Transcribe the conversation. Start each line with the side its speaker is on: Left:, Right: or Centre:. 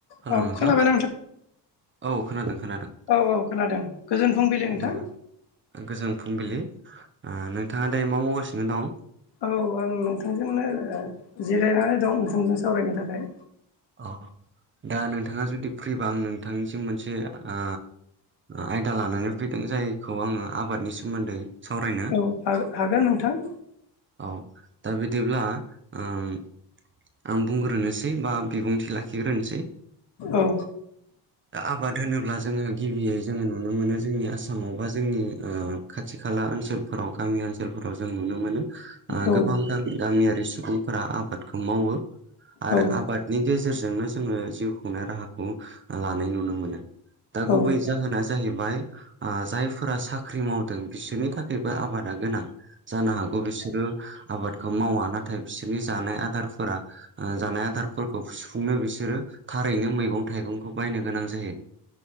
Right: हेल'
Left: औ
Right: नोंथां
Left: खोनाबाय
Right: औ खोनादों खोनादों।
Left: औ-औ खोनादों गोजोन फुंबिलि नोंथां।
Right: दाना गोजोन फुंबिलि नोंथाङा दायो मा मावगासिनो दं।
Left: औ आं नोंथांजोंनो जिरायनानै दं नोंथांजों सावरायनो थाखाय
Right: औ दा नोंथाङा जुदि फ्रिबा आं नोंथांनिसिम मोनसे आ आयदा लानानै फैदों जायखौ आङो आबादनि सोमोन्दै सावरायनो
Left: औ हागोन नोंथां।
Right: औ दा बिदिब्ला ओम आं बुंग्रोनोसै बा बिबुंथि लाखिग्रोनोसै।
Left: औ।
Right: <inaudible> दा आबाद होनोब्ला जोङो गिबियै जोङो नुनो मोनो जोंनि आसामाव बा जोंनि खाथि खाला ओनसोलफोराव गामि ओनसोलफोराव जों नुनो मोनो।
Left: औ
Right: गोबां गामियारि सुबुंफोरा आबादखौ मावो आरो
Left: औ
Right: आबाद नि गेजेरजोंनो जोङो जिउ खुंनाय राहाखौ लानाय नुनो मोनो दा गुबै
Left: औ
Right: जाहोन दा जाहैबाय जायफोरा साख्रि मावदों बिसोरनि थाखायबो आबादा गोनां। जानो हागौ बिसोरो आबादखौ मावा नाथाय बिसोरनि जानाय आदार फोरा जानाय आदारफोरखौ सुफुंनो बिसोरो थारैनो मैगं थाइगंखौ बायनो गोनां जायो